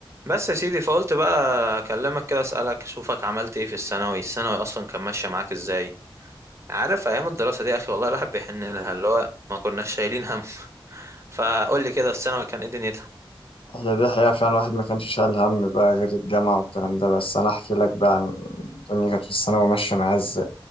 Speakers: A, on the right; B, on the left.
A: بس يا سيدي فقلت بقى اكلمك كده اسالك اشوفك عملت ايه في الثانوي الثانوي اصلا كان ماشيه معاك ازاي عارف ايام الدراسه دي يا اخي والله الواحد بيحن لها اللي هو ما كناش شايلين هم <laughs> فقول لي كده الثانوي كان ايه دنيتها
B: هي دي حقيقة فعلا الواحد ما كانش شايل هم بقى غير الجامعة والكلام ده بس أنا أحكي لك بقى عن الدنيا كانت في الثانوي ماشية معايا إزاي